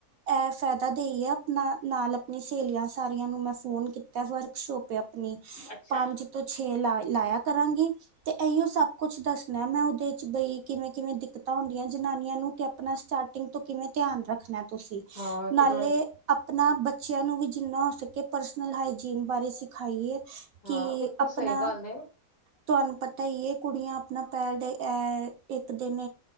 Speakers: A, on the right (about 65°); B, on the left (about 75°).
A: ਇਹ ਫਾਇਦਾ ਦੇ ਹੀ ਆ। ਆਪਣਾ ਨਾਲ ਆਪਣੀ ਸਹੇਲੀਆਂ ਸਾਰੀਆਂ ਨੂੰ ਮੈਂ ਫੋਨ ਕੀਤਾ ਵਰਕਸ਼ੋਪ ਆਪਣੀ
B: ਅੱਛਾ
A: ਪੰਜ ਤੋਂ ਛੇ ਲਾ ਲਾਇਆ ਕਰਾਂਗੀ ਤੇ ਇਹੀਓ ਸਭ ਕੁਛ ਦੱਸਣਾ ਮੈਂ ਉਹਦੇ ਚ ਬਈ ਕਿਵੇਂ ਕਿਵੇਂ ਦਿੱਕਤਾਂ ਹੁੰਦੀਆਂ ਜਾਨੀਆਂ ਨੂੰ ਤੇ ਆਪਣਾ ਸਟਾਰਟਿੰਗ ਤੋਂ ਕਿਵੇਂ ਧਿਆਨ ਰੱਖਣਾ ਤੁਸੀਂ
B: ਹਾਂ
A: ਨਾਲੇ
B: ਤੇ ਬ
A: ਆਪਣਾ ਬ ਬੱਚਿਆਂ ਨੂੰ ਵੀ ਜਿੰਨਾ ਹੋ ਸਕੇ ਪਰਸਨਲ ਹਾਈਜੀਨ ਬਾਰੇ ਸਿਖਾਈਏ ਕਿ
B: ਹਾਂ ਬਿਲਕੁਲ
A: ਆਪਣਾ
B: ਸਹੀ ਗੱਲ
A: ਤੁਹਾਨੂੰ ਪਤਾ ਹੀ ਇਹ ਕੁੜੀਆਂ ਆਪਣਾ ਪੈਰ ਡ ਐ ਇੱਕ ਦਿਨ